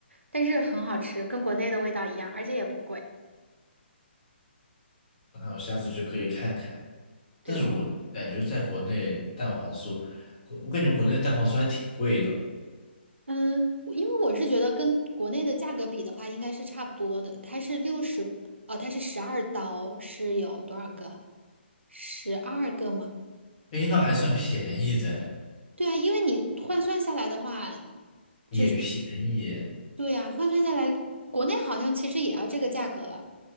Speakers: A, on the right (about 85°); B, on the left (about 35°).
A: 但是很好吃，跟国内的味道一样，而且也不贵。
B: 那我下次就可以看看。
A: 对，
B: 但是我感觉在国内蛋黄酥，国我感觉国内蛋黄酥还挺贵的。
A: 嗯，我因为我是觉得跟国内的价格比的话，应该是差不多的。它是六十，哦，它是十二刀，是有多少个？十二个吗？
B: 诶，那还算便宜的，
A: 对啊，因为你换算下来的话。
B: 也便宜耶
A: 就是。对呀，换算下来，国内好像其实也要这个价格了。